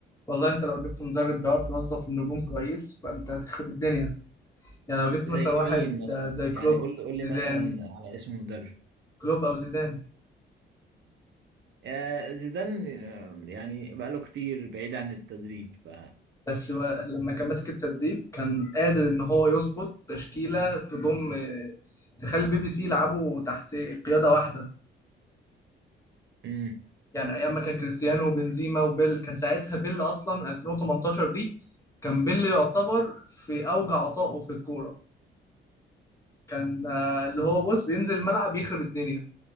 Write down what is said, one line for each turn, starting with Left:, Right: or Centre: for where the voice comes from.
Left: والله انت لو جبت مدرب بيعرف يوظف النجوم كويس فانت هتخرب الدنيا يعني لو جبت
Right: زي
Left: مثلا واحد
Right: مين مثلا
Left: آه، زي كلوب
Right: يعني قول لي قول
Left: زيدان
Right: لي مثلا على اسم مدرب
Left: كلوب او زيدان
Right: آه، زيدان آه، يعني بقاله كتير بعيد عن التدريب ف
Left: بس هو لما كان ماسك التدريب كان قادر ان هو يظبط تشكيله تضم آه، تخلي البي بي سي يلعبوا تحت قياده واحده
Right: مم.
Left: يعني ايام ما كان كريستيانو وبنزيما وبيل كان ساعتها بيل اصلا 2018 دي كان بيل يعتبر في اوج عطائه في الكوره كان آه، اللي هو بص بينزل الملعب يخرب الدنيا